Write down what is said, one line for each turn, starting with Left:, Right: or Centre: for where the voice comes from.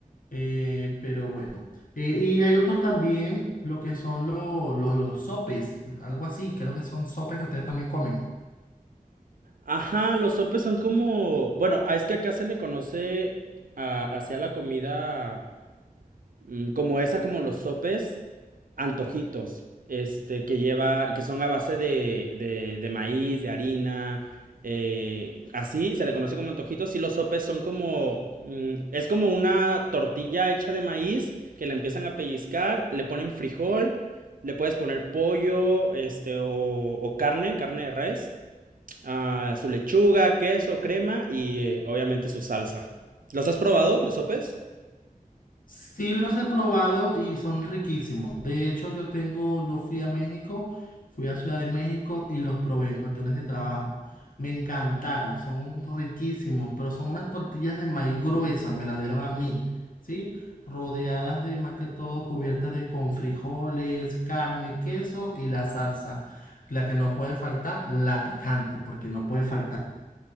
Left: Eh, pero bueno. Eh, y hay otros también, lo que son lo- los, los sopes, algo así, creo que son sopes que ustedes también comen.
Right: Ajá, los sopes son como, bueno, ah, es que acá se le conoce a- hacia la comida mm, como esa, como los sopes, antojitos, este, que lleva, que son a base de, de, de maíz, de harina, eh, así se le conoce como antojitos. Y los sopes son como, mm, es como una tortilla hecha de maíz que la empiezan a pellizcar, le ponen frijol, le puedes poner pollo, este, o, o carne, carne de res, ah, su lechuga, queso, crema y eh, obviamente su salsa. ¿Los has probado, los sopes?
Left: Sí los he probado y son riquísimos. De hecho, yo tengo, yo fui a México, fui a Ciudad de México y los probé en cuestiones de trabajo. Me encantaron, son riquísimos, pero son unas tortillas de maíz gruesas, me las dieron a mí, ¿sí? Rodeadas de más que todo cubiertas de con frijoles, carne, queso y la salsa. La que no puede faltar, la picante, porque no puede faltar.